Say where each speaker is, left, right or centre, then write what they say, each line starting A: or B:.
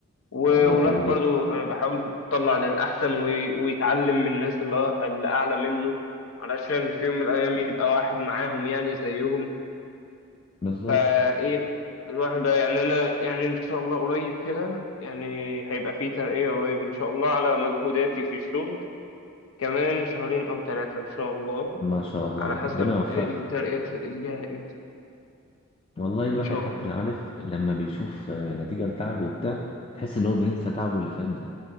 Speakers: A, on the left (about 70°); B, on the left (about 25°).
A: و-
B: الله
A: والواحد
B: حلو جدا
A: برضو أنا بحاول يطلع للأحسن وي- ويتعلم من الناس اللي هو- اللي أعلى منه علشان في يوم من الأيام يبقى واحد معاهم يعني زيهم
B: بالظبط
A: فايه الواحد بقى يعني انا يعني ان شاء الله قريب كده يعني هيبقى في ترقية قريب ان شاء الله على مجهوداتي في الشغل كمان شهرين او ثلاثة ان شاء الله
B: ما شاء الله
A: على حسب
B: ربنا يوفقك
A: الترقية الجاية امتى
B: والله الواحد
A: ان شاء
B: حتى
A: الله
B: لا عارف لما بيشوف آه، نتيجة لتعبه وبتاع تحس ان هو بينسى تعبه اللي فات ده